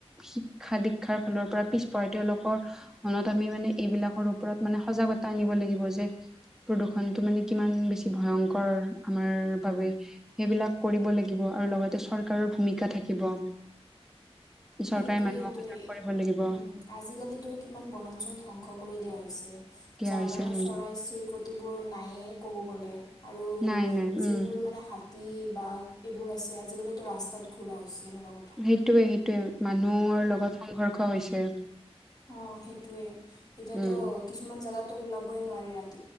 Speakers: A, in the centre; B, on the left.
A: শিক্ষা দীক্ষাৰ ফালৰ পৰা পিছপ তেওঁলোকৰ মনত আমি মানে এইবিলাকৰ ওপৰত মানে সজাগ কত আনিব লাগিব যে প্ৰদূৰণতটো মানে কিমান বেছি ভয়ংকৰ আমাৰ বাবে সেইবিলাক কৰিব লাগিব। আৰু লগতে চৰকাৰৰ ভূমিকা থাকিব। চৰকাৰে
B: সেইটোৱে
A: মানুহক
B: সেইটোৱে
A: সজাগ কৰিব লাগিব
B: উম আজিকালিতো কিমান বনাঞ্চল ধ্বংস কৰি দিয়া হৈ চে
A: দিয়া
B: যাৰ
A: হৈছে
B: কাৰণে
A: উম
B: চৰাইৰ চিৰিকটিবোৰ নায়য়ে ক'ব গ'লে। আৰু
A: নাই নাই উম
B: যিবোৰ মানে হাতী, বাঘ এইবোৰ আছে। আজিকালিতো ৰাস্তাত ঘূৰা হৈছে। এনেকুৱা কথা
A: সেইটোৱে সেইটোৱে মানুহৰ
B: উম
A: লগত সংঘৰ্ষ হৈছে।
B: অ', সেইটোৱে এতিয়াতো
A: উম
B: কিছুমান জোগাতো ওলাবই নোৱাৰি ৰাত